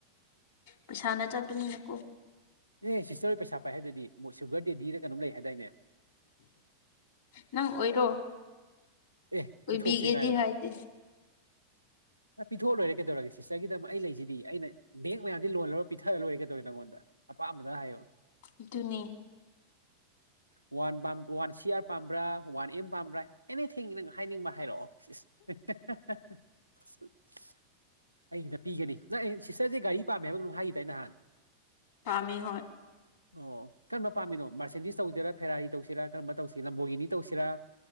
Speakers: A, on the left; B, on the right.
A: ꯄꯩꯁꯥꯅ ꯆꯠꯄꯅꯤꯅ ꯀꯣ
B: ꯑꯦ ꯁꯤꯁꯇꯔ ꯍꯣꯏ ꯄꯩꯁꯥ ꯄꯥꯏ ꯍꯥꯏꯗꯨꯗꯤ ꯃꯣꯏ ꯁꯨꯒꯔ ꯗꯦꯗꯤꯔꯥ ꯀꯩꯅꯣꯝ ꯂꯩ ꯍꯥꯏꯗꯥꯏꯅꯦ
A: ꯅꯪ ꯑꯣꯏꯔꯣ
B: ꯑꯦ
A: ꯑꯣꯏꯕꯤꯒꯦꯗꯤ
B: ꯄꯤꯊꯣꯛꯁꯤ ꯉꯥꯏꯗꯅ
A: ꯍꯥꯏꯗꯦ
B: ꯄꯤꯊꯣꯛꯑ ꯂꯣꯏꯔꯦ ꯀꯩꯗꯧꯔꯒꯦ ꯁꯤꯁꯇꯔꯒꯤꯗꯃꯛ ꯑꯩ ꯂꯩꯁꯤꯗꯤ ꯑꯩꯅ ꯕꯦꯡ ꯃꯌꯥꯝꯗꯤ ꯂꯣꯟ ꯂꯧꯔ ꯄꯤꯊꯥꯔ ꯂꯣꯏꯔꯦ ꯀꯩꯗꯧꯔꯒꯦ ꯅꯥꯉꯣꯟꯗ ꯑꯄꯥꯝꯕꯗ ꯍꯥꯏꯌꯣ
A: ꯑꯗꯨꯅꯦ
B: ꯋꯥꯟ ꯄꯥꯝ ꯋꯥꯟ ꯁꯤ ꯑꯥꯔ ꯄꯥꯝꯕ꯭ꯔꯥ ꯋꯥꯟ ꯑꯦꯝ ꯄꯥꯝꯕ꯭ꯔꯥ ꯇꯤꯉꯤ ꯀꯩꯅꯣ ꯍꯥꯏꯅꯤꯡꯕ ꯍꯥꯢꯔꯛꯑꯣ ꯢꯁ ꯢꯁ <unintelligible> ꯑꯩꯒꯤꯗ ꯄꯤꯒꯅꯤ ꯅꯪ ꯁꯤꯁꯇꯔꯁꯦ ꯒꯥꯔꯤ ꯄꯥꯝꯃꯦ ꯍꯥꯏꯕꯒꯨꯝ ꯍꯥꯏꯈꯤꯗꯥꯏ ꯅꯍꯥꯟ
A: ꯄꯥꯝꯃꯦ ꯍꯣꯏ
B: ꯑꯣ ꯀꯔꯝꯕ ꯄꯥꯝꯃꯤꯅꯣ ꯃꯥꯔꯁꯦꯟꯗꯤꯁ ꯇꯧꯁꯤꯔꯥ ꯐꯦꯔꯥꯔꯤ ꯇꯧꯁꯤꯔꯥ ꯀꯔꯝꯕ ꯇꯧꯁꯤꯔ ꯂꯝꯕꯣꯒꯤꯅꯤ ꯇꯧꯁꯤꯔꯥ